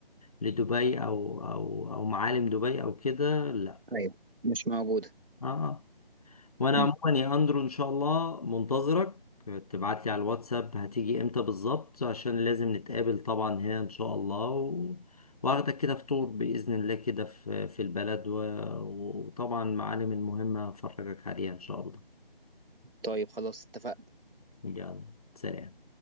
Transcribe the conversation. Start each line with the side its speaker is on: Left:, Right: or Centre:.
Left: لدبي أو أو أو معالم دبي أو كده لا
Right: ايوه مش موجوده
Left: آه آه. وانا
Right: مم.
Left: عموما يا اندرو ان شاء الله منتظرك تبعت لي على الواتساب هتيجي امتى بالظبط عشان لازم نتقابل طبعا هنا ان شاء الله و... واخدك كده فطور باذن الله كده في في البلد و... وطبعا معالم المهمه هفرجك عليها ان شاء الله
Right: طيب خلاص اتفقنا
Left: يلا سلام